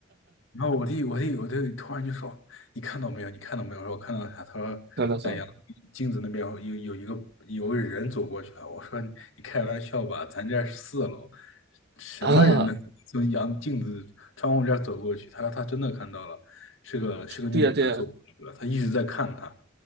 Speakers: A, on the left; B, on the right.
A: 然后我弟，我弟，我弟突然就说：“你看到没有？你看到没有？”我说：“我看到了啥？”他说：
B: <laughs>，看到什么
A: “在阳镜子那边有有一个有个人走过去了。”我说你：“你开玩笑吧？咱这儿是四楼，什么人能从阳镜子窗户这儿走过去？”他说：
B: 啊？
A: “他真的看到了，是个是个女的走过去了，
B: 对呀、对呀、
A: 他一直在看他。”